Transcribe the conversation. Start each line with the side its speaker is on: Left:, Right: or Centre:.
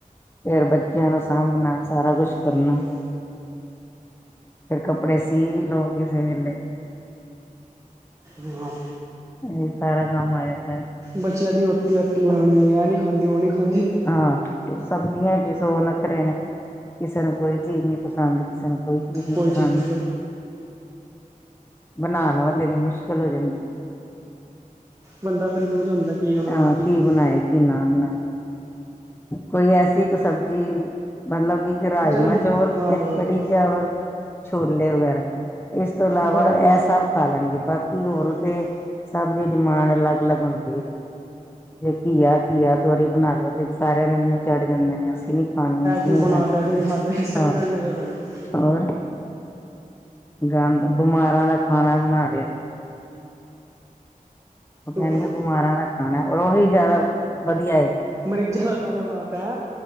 Left: ਫੇਰ ਬੱਚੇਆਂ ਨੂੰ ਸਾਂਭਨਾ ਸਾਰਾ ਕੁਛ
Right: ਹਾਂਜੀ
Left: ਕਰਨਾ ਫੇਰ ਕੱਪੜੇ ਸੀਅ ਵੀ ਲਓ ਕਿਸੇ ਵੇਲੇ
Right: ਹਾਂ
Left: ਓ ਸਾਰਾ ਕੰਮ ਆ ਜਾਂਦੈ।
Right: ਬੱਚੇਆਂ ਦੀ ਰੋਟੀ ਰਾਟੀ ਬਨੋਨੀ ਐ ਨੀ ਖਾਂਦੇ ਓ ਨੀ ਖਾਂਦੇ
Left: ਹਾਂ, ਸਬਜੀਆਂ ਚੀ ਸੌ ਨੱਖਰੇ ਨੇ। ਕਿਸੇ ਨੂੰ ਕੋਈ ਚੀਜ ਨੀ ਪਸੰਦ ਕਿਸੇ ਨੂੰ ਕੋਈ ਚੀਜ ਨੀ
Right: ਕੋਈ
Left: ਪਸੰਦ
Right: ਚੀਜ਼ ਨਹੀਂ
Left: ਬਨਾਨ ਵਾਲੇ ਦੀ ਮੁਸ਼ਕਲ ਹੋ ਜਾਂਦੀ
Right: ਬੰਦਾ ਕਨਫਿਊਜ਼ ਹੁੰਦਾ ਕੀ ਬਣਾਵਾਂ
Left: ਹਾਂ ਕੀ
Right: ਨਾ ਬਣਾਵਾਂ।
Left: ਬਨਾਏਆ ਕੀ ਨਾ ਬਨਾਏਆ ਕੋਈ ਐਸੀ ਇੱਕ ਸਬਜੀ, ਮਤਲਬ ਇੱਕ ਰਾਜਮਾਂ
Right: ਚੱਲ
Left: ਚੋਲ,
Right: ਹਾਂ
Left: ਏਕ ਕੜੀ ਚਾਵਲ ਛੋਲੇ ਵਗੈਰਾ, ਇਸ ਤੋਂ ਇਲਾਵਾ
Right: ਬੜਾ ਬੰ
Left: ਐ ਸਭ ਖਾ ਲੈਣਗੇ ਬਾਕੀ ਹੋਰ
Right: ਇਹ
Left: ਤੇ ਸਭ ਦੀ ਡਿਮਾਂਡ ਆਲੱਗ-ਆਲੱਗ ਹੁੰਦੀ ਏ, ਜੇ ਘੀਆ ਘੀਆ ਤੋਰੀ ਬਣਾ ਲੋ ਤੇ ਸਾਰੇਆਂ ਦੇ ਮੂੰਹ ਚੜ ਜਾਂਦੇ ਨੇ ਅਸੀਂ ਨੀ ਖਾਣੀ ਅਸੀਂ
Right: ਕਿਉਂ
Left: ਨੀ,
Right: ਬਣਾਤਾ
Left: ਆਹ
Right: ਫਿਰ ਖਾਂਦੇ ਸੰਗਲ ਲਗਾ ਖਾਣੀ
Left: ਹੋਰ, ਗੰਦ ਬਮਾਰਾਂ ਦਾ ਖਾਣਾ ਬਨਾ ਲਿਆ। ਉਹ ਕਹਿਣਗੇ
Right: ਤੋ
Left: ਬਮਾਰਾਂ ਦਾ ਖਾਣਾ ਓਹੀ ਜਾਦਾ, ਵਦੀਆ ਏ।
Right: ਮਰੀਜਾਂ ਦਾ ਖਾਣਾ ਬਣਾਤੈ ਐ